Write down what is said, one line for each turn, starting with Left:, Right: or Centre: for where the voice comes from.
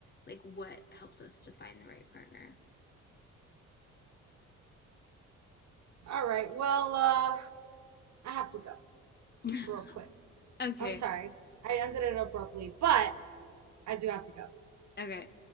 Left: like what helps us to find the right partner.
Right: All right, well, uh, I have to go.
Left: <laughs>
Right: real quick.
Left: Okay.
Right: I'm sorry. I ended it abruptly, but I do have to go.
Left: Okay.